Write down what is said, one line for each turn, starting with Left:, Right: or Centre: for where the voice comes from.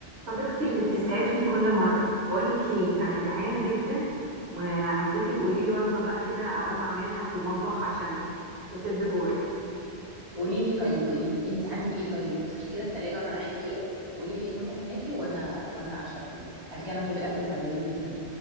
Right: صديقتي اللي بتسعفني كل مرة بقولك ايه انا جعانة جدا وعايزاكي تقولي لي وجبة بقى كده اقوم اعملها في المطبخ عشان تسد جوعي
Left: قولي لي طيب قولي لي انت عندك ايه طيب افتحي كده التلاجة وانا معاكي قولي لي ايه المتاح معاكي وانا وانا اشاركك على فكره انا بحب الاكل بتاع بالليل جدا